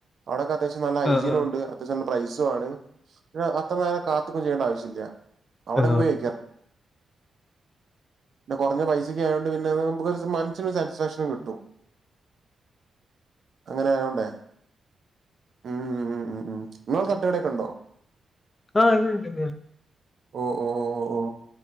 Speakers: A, on the right (about 45°); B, on the left (about 20°).
A: അവിടേക്കെ അത്യാവശ്യം നല്ല ഹൈജീനും
B: ആ
A: ഒണ്ട് അത്യാശ്യം നല്ല പ്രൈസും ആണ് അത്ര നേരം കാത്തുക്കും ചെയ്യേണ്ട ആവശ്യല്ല അവിടെക്കെ
B: ആ
A: പോയി <unintelligible> കൊറഞ്ഞ പൈസക്കായോണ്ട് പിന്നെ നമുക്കൊരുസം മൻ ച്ചിരിയൊരു സാറ്റിസ്ഫാക്ഷൻ കിട്ടും അങ്ങനെ ആയോണ്ടേ ഉം ഉം ഉം ഉം ഉം നിങ്ങള തട്ടുകടേക്ക ഉണ്ടോ
B: ആഹ് ഇണ്ട്ണ്ട് ണ്ട്
A: ഓ ഓ ഒ ഒ ഓ